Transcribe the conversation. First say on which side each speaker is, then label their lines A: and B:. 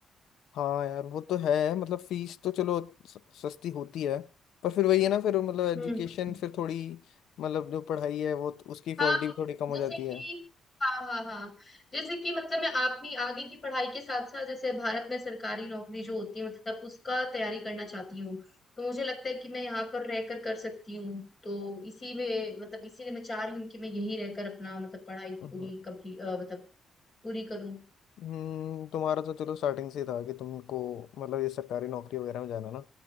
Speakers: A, on the left; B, on the left.
A: हाँ यार वो तो है मतलब फीस तो चलो स- सस्ती होती है पर फिर वही है ना फिर मतलब
B: हम्म
A: एजुकेशन फिर थोड़ी मतलब जो पढ़ाई है वो तो उसकी क्वालिटी
B: हाँ
A: भी थोड़ी कम
B: जैसे
A: हो जाती
B: कि
A: है
B: हाँ हाँ हाँ जैसे कि मतलब मैं अपनी आगे की पढ़ाई के साथ साथ जैसे भारत में सरकारी नौकरी जो होती है मतलब उसका तैयारी करना चाहती हूँ तो मुझे लगता है कि मैं यहाँ पर रहकर कर सकती हूँ तो इसी में मतलब इसीलिए मैं चाह रही हूँ कि मैं यहीं रहकर अपना मतलब पढ़ाई पूरी
A: हम्म
B: कंप्लीट मतलब पूरी करूँ
A: हम्म, तुम्हारा तो चलो स्टार्टिंग से ही था कि तुमको मतलब ये सरकारी नौकरी वगैरह में जाना ना